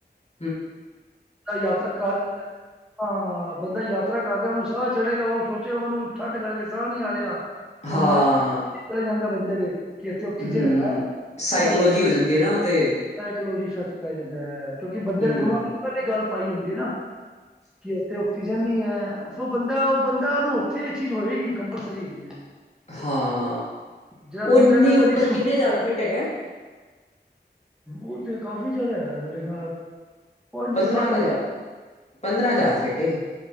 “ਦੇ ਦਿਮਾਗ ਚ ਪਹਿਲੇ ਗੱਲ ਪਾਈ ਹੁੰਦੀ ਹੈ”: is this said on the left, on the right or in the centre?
Centre